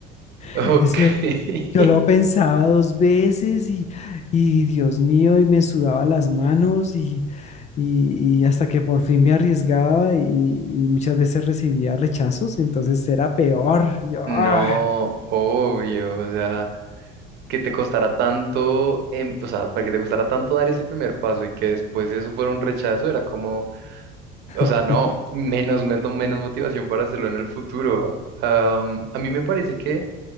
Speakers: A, on the left (about 35°); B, on the right (about 55°).
A: <laughs>
B: Ok.
A: eso,
B: <laughs>
A: yo lo pensaba dos veces y, y Dios mío, y me sudaba las manos y, y- y hasta que por fin me arriesgaba y, y muchas veces recibía rechazos, entonces era peor. Yo,
B: No,
A: ¡ah!
B: obvio, o sea, que te costara tanto, em- o sea, para que te costara tanto dar ese primer paso y que después de eso fuera un rechazo, era como...
A: <laughs>
B: O sea, no, menos, menos, menos motivación para hacerlo en el futuro. ¿va? Am, a mí me parece que,